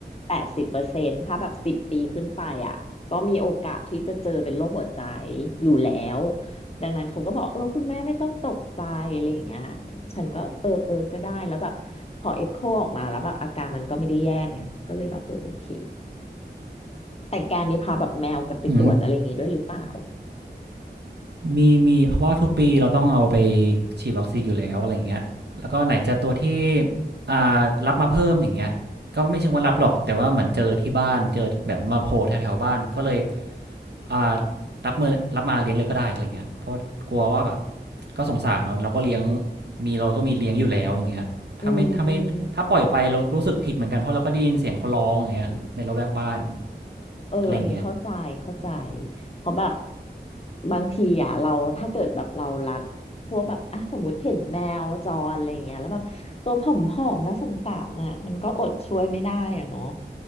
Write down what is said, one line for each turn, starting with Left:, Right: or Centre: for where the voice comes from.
Left: แปดสิบเปอร์เซ็นต์ถ้าแบบสิบปีขึ้นไปอ่ะก็มีโอกาสที่จะเจอเป็นโรคหัวใจอยู่แล้วดังนั้นเขาก็บอกเออคุณแม่ไม่ต้องตกใจอะไรอย่างเงี้ยฉันก็เออเออก็ได้แล้วแบบพอเอ็กโคออกมาแล้วแบบอาการมันก็ไม่ได้แย่ไงก็เลยแบบเออโอเคแต่แกมีพาแบบแมวกลับไปตรวจอะไรอย่างงี้ด้วยหรือเปล่า
Right: อืม มีมีเพราะว่าทุกปีเราต้องเอาไปฉีดวัคซีนอยู่แล้วอะไรอย่างเงี้ยแล้วก็ไหนจะตัวที่อ่ารับมาเพิ่มอย่างเงี้ยก็ไม่เชิงว่ารับหรอกแต่ว่าเหมือนเจอที่บ้านเจอแบบมาโผล่แถวๆบ้านก็เลยอ่ารับมือรับมาเลี้ยงเลยก็ได้อะไรเงี้ยเพราะกลัวว่าแบบก็สงสารเนาะเราก็เลี้ยงมีเราก็มีเลี้ยงอยู่แล้วอย่างเงี้ยถ้าไม่ถ้าไม่ถ้าปล่อยไปเรารู้สึกผิดเหมือนกันเพราะเราก็ได้ยินเสียงเขาร้องอย่างเงี้ยในระแวกบ้าน
Left: อืมอืม เอออันนี้เข้าใจ
Right: อะไรอย่างเงี้ย
Left: เข้าใจ เพราะแบบบางทีอ่ะเราถ้าเกิดแบบเรารักพวกแบบอ่ะสมมติเห็นแมวจรอะไรอย่างเงี้ยแล้วแบบตัวผอมๆนะสงสารอ่ะมันก็อดช่วยไม่ได้อ่ะเนาะ